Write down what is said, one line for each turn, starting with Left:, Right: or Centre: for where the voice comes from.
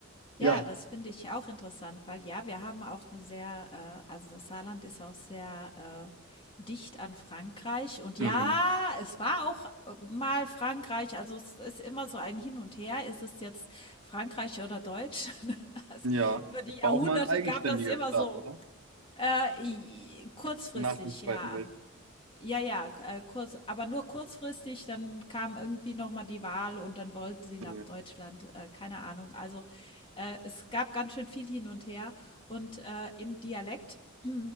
Left: Ja,
Right: Ja,
Left: das finde ich auch interessant, weil ja, wir haben auch eine sehr, äh also, das Saarland ist auch sehr, äh, dicht an Frankreich und
Right: mhm.
Left: ja, es war auch, äh, mal Frankreich, also, es ist immer so ein Hin und Her. Ist es jetzt Frankreich oder Deutsch, <laughs> Also,
Right: Ja,
Left: über die
Right: es
Left: Jahrhunderte
Right: war auch mal ein eigenständiger
Left: gab das immer
Right: Staat,
Left: so,
Right: oder?
Left: äh, i kurzfristig,
Right: Nach dem Zweiten
Left: ja. Ja, ja, k äh, kurz aber nur kurzfristig, dann kam irgendwie noch mal die Wahl und dann wollten sie
Right: Weltkrieg.
Left: nach Deutschland, äh, keine Ahnung. Also, äh, es gab ganz schön viel hin und her und, äh, im Dialekt <clears throat>